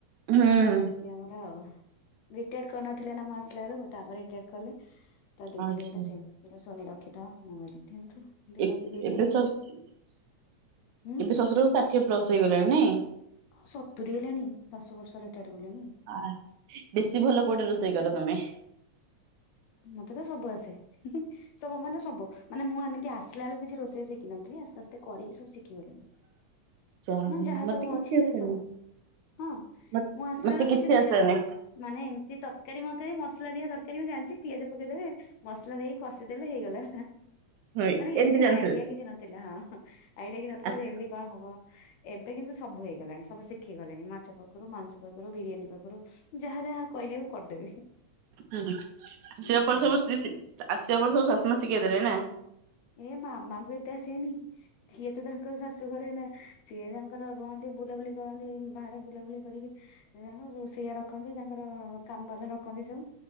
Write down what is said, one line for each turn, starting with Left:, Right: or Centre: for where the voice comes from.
Right: ହୁଁ
Left: ଚାଲିଚି ଆମର ଆଉ। ରିଟାୟାର କରିନଥିଲେ ନା ମୁଁ ଆସିଲା ବେଳକୁ ତାପରେ ରିଟାର କଲେ ତା ଦେଇଥିଲି
Right: ଆଚ୍ଛା।
Left: ଗୋଟେ ସେ ଏଇଟା ସୋନି ରଖିଥାଅ ମୁ କହିଲି ଦିଅନ୍ତୁ। ଦେ
Right: ଏବେ
Left: ରଖି ଦେଇଥାଏ
Right: ଏବେ ଶଶ
Left: ହୁଁ
Right: ଶଶୁରଙ୍କୁ ଷାଠିଏ ପ୍ଲସ ହେଇଗଲାଣି ନାଇଁ।
Left: ହଁ ସତୁରି ହେଲାଣି ଦଶ ବର୍ଷ ରିଟାୟାର କଲେଣି।
Right: ଆ ବେଶୀ ଭଲ କୋଉଟା ରୋଷେଇ କର ତମେ।
Left: ମୋତେ ତ ସବୁ ଆସେ। ସବୁ ମାନେ ସବୁ ମୁଁ ଏମିତି ଆସିଲା ବେଳକୁ କିଛି ରୋଷେଇ ଶିଖିନଥିଲି ଆସ୍ତେ ଆସ୍ତେ କରିକି ସବୁ ଶିଖି ଗଲିଣି।
Right: ଯା
Left: ନା
Right: ହଉ
Left: ଯାହା
Right: ମତେ
Left: ସବୁ
Right: କିଛି
Left: ଅଛି
Right: ଆସେନି।
Left: ଏ ସବୁ ହଁ
Right: ମତେ
Left: ମୁଁ ଆସିଲା
Right: ମତେ
Left: ବେଳକୁ କିଛି ଶିଖିନଥିଲି।
Right: ଆସେନି
Left: ମାନେ ଏମିତି ତରକାରୀ ମରକାରୀ ମସଲା ଦିଆ ତରକାରୀ ମୁଁ ଜାଣିଚି। ପିଆଜ ପକେଇଦେବେ ମସଲା ଦେଇକି କଷିଦେଲେ ହେଇଗଲା
Right: ହଁ
Left: ନ ଏମିତି
Right: ଜାଣିଥିଲି
Left: ଆଇଡିଆ କିଛି ନ। ଥିଲା ହଁଁ ଆଇଡିଆ କି ନଥିଲେ
Right: ଆସ
Left: ଏମିତି କଣ ହବ। ଏବେ କିନ୍ତୁ ସବୁ ହେଇଗଲାଣି ସବୁ ଶିଖେଇ ଗଲିଣି ମାଛ ପାଖରୁ ମାଂସ ପାଖରୁ ବିରିୟାନୀ ପାଖରୁ। ଯାହା ଯାହା କହିଲେ ମୁ କରିଦେବି।
Right: ହୁଁ ଆସିବା
Left: ଏଇଆ
Right: ପରେ
Left: ଆଉ।
Right: ସବୁ <unintelligible> ଆସିବା ପରେ ସବୁ ଶାଶୁ ମା ଶିଖେଇ ଦେଲେ ନା।
Left: ଏ ମାମଙ୍କୁ ଏତେ ଆସିବନି। ସିଏ ତ ତାଙ୍କ ଶାଶୁ ଘରେ ନା ସିଏ ତାଙ୍କର ରୁହନ୍ତି ବୁଲାବୁଲି କରନ୍ତି ବାହାରେ ବୁଲାବୁଲି କରିକି ତାଙ୍କ ରୋଷେଇଆ ରଖନ୍ତି ତାଙ୍କର କମ୍ ବାଲା ରଖନ୍ତି ସବୁ।